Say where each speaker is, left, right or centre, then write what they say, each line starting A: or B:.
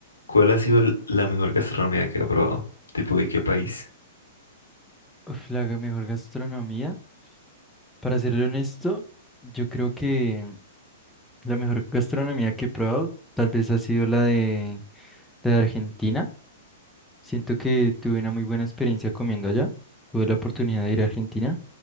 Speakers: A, on the left (about 80°); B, in the centre.
A: ¿Cuál ha sido el- la mejor gastronomía que ha probado? ¿Tipo de qué país?
B: Uf, la ga- mejor gastronomía. Para serle honesto, yo creo que la mejor gastronomía que he probado tal vez ha sido la de, la de Argentina. Siento que tuve una muy buena experiencia comiendo allá. Tuve la oportunidad de ir a Argentina